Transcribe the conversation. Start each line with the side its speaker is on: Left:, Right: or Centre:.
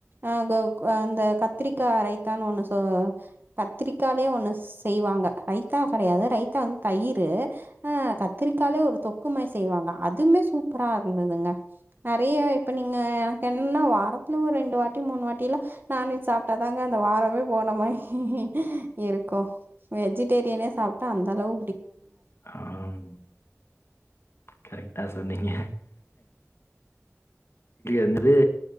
Right: அஹ அந்த கத்திரிக்கா ரைத்தானு ஒன்னு கத்திரிக்காலயே ஒன்னு செய்வாங்க ரைத்தா கெடயாது ரைத்தா வந்து தயிர் அஹ் கத்திரிக்காலே ஒரு தொக்குமாறி செய்வாங்க அதுமே சூப்பரா இருந்துதுங்க நெறய இப்ப நீங்க எனக்கு என்னனா வாரத்துல ஒரு ரெண்டு வாட்டி மூணு வாட் டிலா நான்வெஜ் சாப்டாதாங்க அந்த வாரமே போன மாறி இருக்கு வெஜ் டேரியனே சாப்பிட்டா அந்தளவு
Left: ஆம் கரெக்டா சொ சொன்னீங்க என்னது